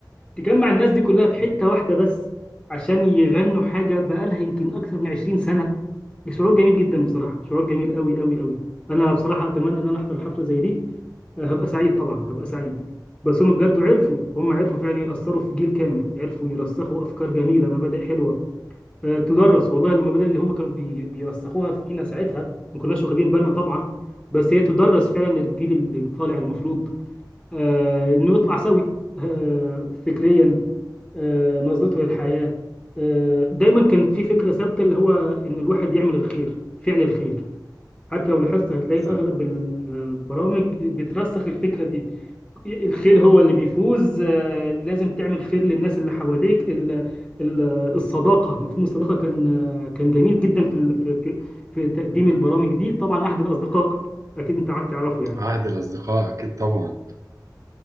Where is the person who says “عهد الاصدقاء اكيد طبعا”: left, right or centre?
Right